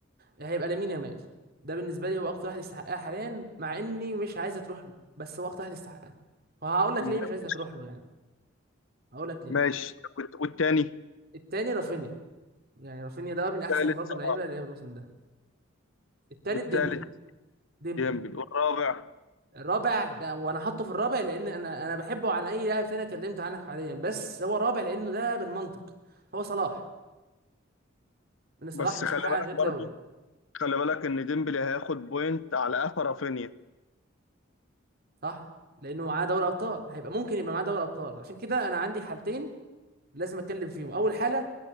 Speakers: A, on the right; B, on the left.
A: هيبقى لامين يامال ده بالنسبة لي هو أكتر واحد يستحقها حاليا مع إني مش عايزها تروح له بس هو أكتر واحد يستحقها وهقول لك
B: ماشي
A: ليه مش عايزها تروح له يعني هقول لك ليه
B: ماشي والت- والتاني
A: التاني رافينيا يعني رافينيا ده
B: التالت
A: من أحسن برضه
B: صلاح
A: اللعيبة اللي لعب الموسم ده التالت
B: والتالت
A: ديمبلي ديمبلي
B: ديمبلي والرابع
A: الرابع ده وانا حاطه في الرابع لان انا انا بحبه عن اي لاعب تاني اتكلمت عنه حاليا بس هو الرابع لانه ده بالمنطق هو صلاح لان صلاح
B: بس
A: مش
B: خلي
A: محقق
B: بالك
A: غير دوري
B: برضو خلي بالك ان ديمبلي هياخد بوينت على قفا رافينيا
A: صح لانه معاه دوري ابطال هيبقى ممكن يبقى معاه دوري ابطال عشان كده انا عندي حالتين لازم اتكلم فيهم اول حاله